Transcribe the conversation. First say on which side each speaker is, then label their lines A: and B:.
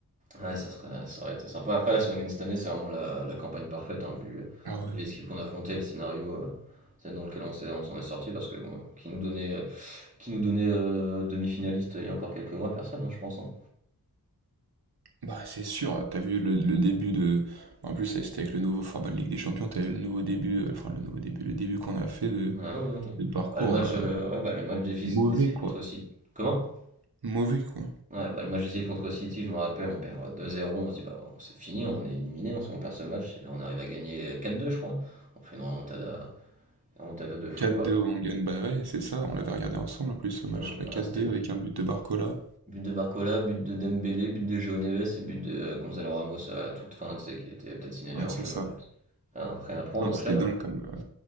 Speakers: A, on the right (about 20°); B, on the right (about 80°).
A: Ouais, ça serait, ça aurait été sympa. Après, là, si on gagne cette année, c'est vraiment la, la campagne parfaite, hein, vu,
B: Ah ouais.
A: vu les équipes qu'on a affrontées, le scénario euh, c'est dans lequel on s'est, on s'en est sorti, parce que bon, qui nous donnait, euh, qui nous donnait euh, demi-finaliste euh, il y a encore quelques mois, personne, hein, je pense. hein.
B: Bah, c'est sûr, t'as vu le, le début de. En plus, ça, c'était avec le nouveau format de Ligue des Champions, t'as eu le nouveau début, euh, enfin, le nouveau début, le début qu'on a fait de,
A: Ah oui, oui, oui.
B: de parcours.
A: Bah, le match,
B: euh,
A: euh, ouais, bah, le match défi-
B: Mauvais,
A: décisif
B: quoi.
A: contre City. Comment?
B: Mauvais, quoi.
A: Ouais, bah, le match de City contre City, je me rappelle, on perd, heu, 2-0, on se dit: «Bah, on c'est fini, on est éliminé on si on perd ce match» et là, on arrive à gagner, heu, 4-2, je crois. On fait une remontada une remontada de fou
B: 4-2,
A: après
B: ouais, on gagne. Bah ouais, c'est ça, on l'avait regardé ensemble en plus ce match.
A: mmh,
B: La 4-2
A: ouais, c'était bu
B: avec un but de Barcola.
A: but de Barcola, but de Dembélé, but de João Neves et but de, heu, Gonzalo Ramos à toute fin, tu sais, qui était peut-être signalé
B: Ouais,
A: hors
B: c'est
A: chemin
B: ça.
A: en fait ah, après après on
B: Non, c'était
A: enchaîne
B: dingue
A: après
B: comme. euh,